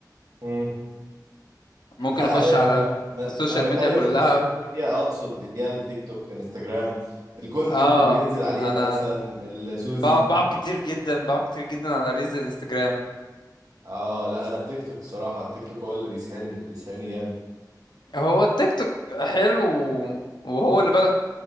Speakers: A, on the right; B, on the left.
A: مم.
B: ممكن
A: لا
B: اخش
A: يا
B: على
A: ما. ما
B: السوشيال
A: انا
B: ميديا
A: بتكلم
B: كلها
A: السوشيال ميديا آه، اقصد اللي هي التيك توك انستجرام الكونتنت
B: اه
A: اللي بينزل عليها
B: انا
A: مثلا السوزي
B: بقعد بقعد كتير جدا بقعد كتير جدا على ريلز انستجرام
A: اه لا انا التيك توك الصراحة التيك توك هو اللي بيسحلني بيسحلني جامد
B: هو التيك توك حلو وهو اللي بدأ